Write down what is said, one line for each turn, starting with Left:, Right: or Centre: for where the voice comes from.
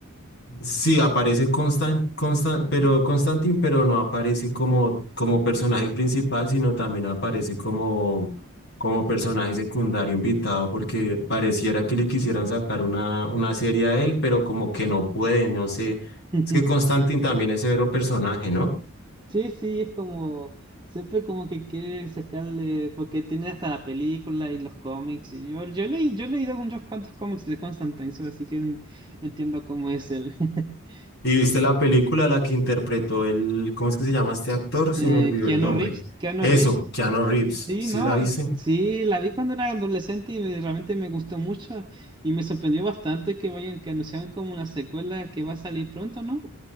Left: Sí, aparece Constan, Constan, pero Constantine, pero no aparece como, como personaje principal, sino también aparece como, como personaje secundario invitado, porque pareciera que le quisieran sacar una, una serie a él, pero como que no puede, no sé.
Right: <laughs>
Left: Es que Constantine también es severo personaje, ¿no?
Right: Sí, sí, es como, siempre como que quiere sacarle, porque tiene hasta la película y los cómics, y yo, yo leí, yo he leído unos cuantos cómics de Constantine, so, así que en- entiendo cómo es el <laughs>
Left: ¿Y viste la película la que interpretó el, ¿cómo es que se llama este actor? Se
Right: eh,
Left: me olvidó
Right: Keanu
Left: el nombre.
Right: Reeves, Keanu
Left: Eso,
Right: Reeves.
Left: Keanu Reeves.
Right: Sí,
Left: ¿Sí
Right: no,
Left: la
Right: ah,
Left: viste?
Right: sí, la vi cuando era adolescente y me- realmente me gustó mucho y me sorprendió bastante que vayan, que anunciaron como una secuela que va a salir pronto, ¿no?